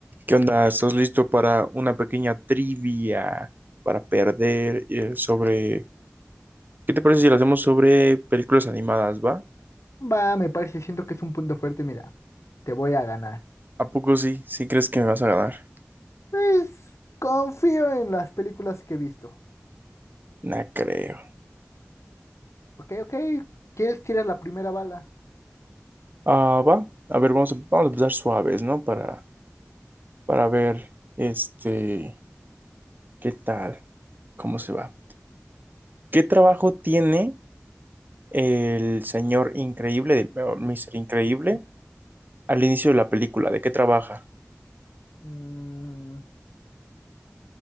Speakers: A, on the right; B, on the left.
A: ¿Qué onda? ¿Estás listo para una pequeña trivia para perder eh, sobre... ¿Qué te parece si lo hacemos sobre películas animadas, va?
B: Va, me parece, siento que es un punto fuerte, mira, te voy a ganar.
A: ¿A poco sí? ¿Sí crees que me vas a ganar?
B: Pues confío en las películas que he visto.
A: No creo.
B: Ok, ok, ¿quieres tirar la primera bala?
A: Ah, va. A ver, vamos a, vamos a empezar suaves, ¿no? Para, para ver, este, qué tal, cómo se va. ¿Qué trabajo tiene el señor increíble, de- o Mr. Increíble, al inicio de la película? ¿De qué trabaja?
B: Mm,